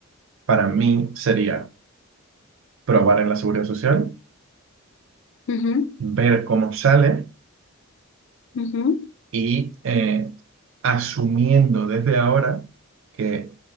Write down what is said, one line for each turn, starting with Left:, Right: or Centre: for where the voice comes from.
Right: para mí sería probar en la seguridad social,
Left: <laughs> Ujú,
Right: ver cómo sale
Left: ujú.
Right: y eh, asumiendo desde ahora que